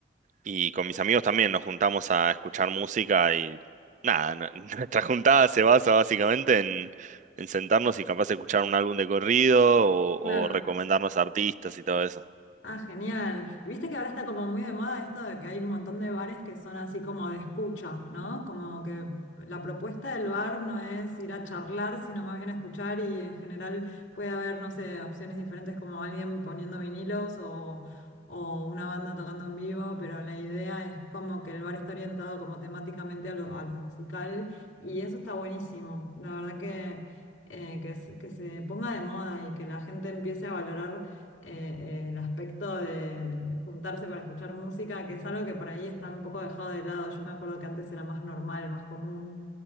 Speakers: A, on the right (about 40°); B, on the left (about 85°).
A: Y con mis amigos también nos juntamos a escuchar música y nada, n- <laughs> nuestra juntada se basa básicamente en, en sentarnos y capaz de escuchar un álbum de corrido o,
B: Claro.
A: o recomendarnos artistas y todo eso.
B: Ah, genial. Y viste que ahora está como muy de moda esto de que hay un montón de bares que son así como de escucha, ¿no? Como que la propuesta del bar no es ir a charlar, sino más bien a escuchar y en general puede haber, no sé, opciones diferentes como alguien poniendo vinilos o, o una banda tocando en vivo, pero la idea es como que el bar está orientado como temáticamente a lo, a lo musical y eso está buenísimo. La verdad que, eh, que se que se ponga de moda y que la gente empiece a valorar eh, el aspecto de juntarse para escuchar música, que es algo que por ahí está un poco dejado de lado. Yo me acuerdo que antes era más normal, más común,